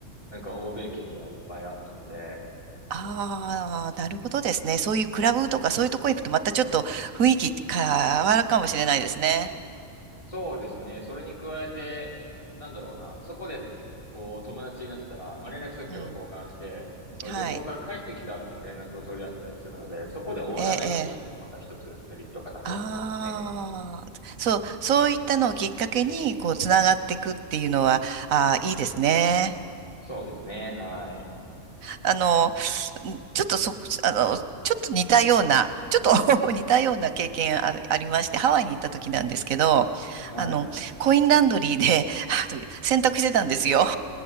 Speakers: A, on the left; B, on the right.
A: なんか欧米圏ではいっぱいあったので、
B: ああ、なるほどですね。そういうクラブとかそういうとこ行くとまたちょっと雰囲気変わるかもしれないですね。
A: そうですね。それに加えて、なんだろうな。そこで、こう、友達になったら、まあ、連絡先とか交換して、
B: うん。
A: 旅行から帰ってきた後も連絡を取り合ったりするので、
B: はい。
A: そこで終わらないっていうのもまた一つメリットかなとは思いますね。
B: ええ、ええああ、そう、そういったのをきっかけに、こう、つながっていくっていうのは、ああ、いいですね。
A: そうですね。はい。
B: あの、ちょっとそ、あの、ちょっと似たような、ちょっと <laughs> 似たような経験ある、ありまして、ハワイに行った時なんですけど、
A: はい。
B: あの、コインランドリーで、<laughs> あの、洗濯してたんですよ。